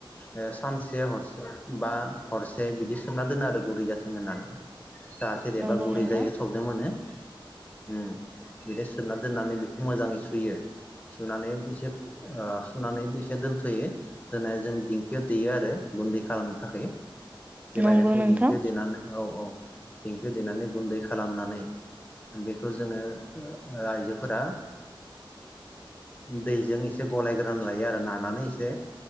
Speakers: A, on the left; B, on the right.
A: ए सानसे हरसे बा हरसे बिदि सोमना दोनो आरो गुरै जाथों होननानै जाहाथे देबा
B: नंगौ
A: गुरै
B: नोंथां
A: जायो थबनो मोनो होम बिदि सोमना दोननानै बेखौ मोजाङै सुयो सुनानै एसे ओ सुनानै एसे दोनथयो दोननानै जों दिंखियाव दैयो आरो गुन्दै खालामनो थाखाय बे
B: नंगौ
A: माइरंखौ
B: नोंथां
A: दिेंखियाव देनानै औ औ देंखियाव देनानै गुन्दै खालामनानै बेखौ जोङो ओ ओ आइजोफोरा दैजों ए एसे गलायग्रोनानै लायो आरो नानानै एसे